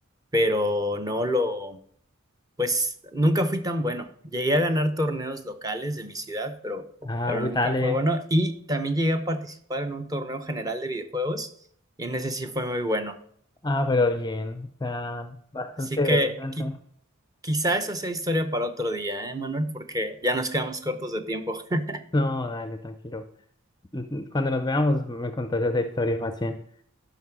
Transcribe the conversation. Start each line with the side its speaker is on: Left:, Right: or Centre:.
Right: pero no lo, pues nunca fui tan bueno. Llegué a ganar torneos locales de mi ciudad, pero,
Left: Ah,
Right: pero
Left: uy,
Right: nunca
Left: dale.
Right: fue bueno. Y también llegué a participar en un torneo general de videojuegos y en ese sí fue muy bueno.
Left: Ah, pero bien, o sea, bastante
Right: Así
Left: interesante.
Right: que qui- quizá esa sea historia para otro día, ¿eh, Manuel? Porque ya nos quedamos cortos de tiempo. <laughs>
Left: No, dale, tranquilo. Cuando nos veamos, me contás esa historia más bien.